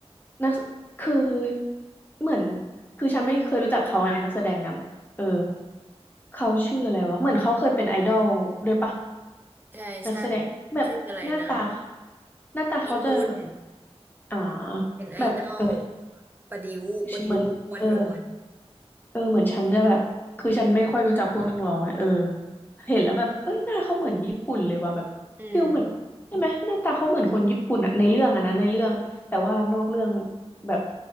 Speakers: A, on the left; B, on the right.
A: นักแสคือเหมือนคือฉันไม่เคยรู้จักเขาในนักแสดงนำเออเขาชื่ออะไรวะเหมือนเขาเคยเป็นไอดอลด้วยปะ
B: ใช่ใช่
A: นักแสดงแบบหน้าตา
B: ชื่ออะไรนะ
A: หน้าตาเขาจะแบบ
B: อีฮุน
A: อ่า
B: เป็นไอดอล
A: แบบเออ
B: ประดิวประดิววันโนวัน
A: เหมือนเออ เออเหมือนฉันจะแบบคือฉันไม่ค่อยรู้จักพวกนักร้องอะเออเห็นแล้วแบบเอ้ยหน้าเขาเหมือนญี่ปุ่นเลยว่ะแบบฟิลเหมือนใช่ไหมหน้าตาเขาเหมือนคนญี่ปุ่นอะในเรื่องอะนะในเรื่องแต่ว่านอกเรื่อง
B: อืม
A: แบบ